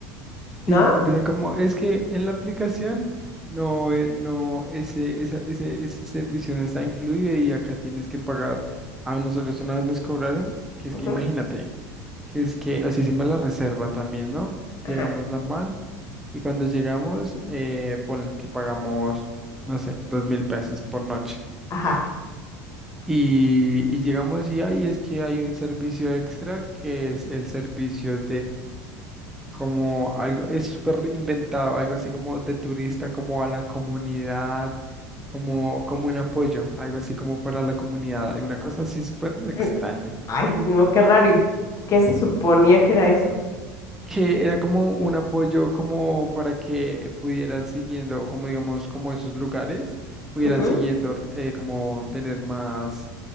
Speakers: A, on the left (about 40°); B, in the centre.
A: ¿no?
B: Sí, empiezan como, es que en la aplicación no, eh, no, ese, esa- ese, ese servicio no está incluido y acá tienes que pagar. A nosotros una vez nos cobraron, que es
A: Ujú,
B: que imagínate, que es que, así hicimos la reserva también, ¿no?
A: ajá,
B: Llegamos normal y cuando llegamos, eh, ponle que pagamos, no sé, dos mil pesos por noche.
A: ajá.
B: Y, y llegamos y ahí es que hay un servicio extra que es el servicio como algo, es súper inventado, algo así como de turista, como a la comunidad, como, como un apoyo, algo así como para la comunidad, alguna cosa así súper extraña.
A: Mm, Ay, no, qué raro. ¿Y qué se suponía que era eso?
B: Que era como un apoyo como para que pudieran siguiendo, como digamos, como esos lugares, pudieran
A: Ujú,
B: siguiendo eh, como tener más,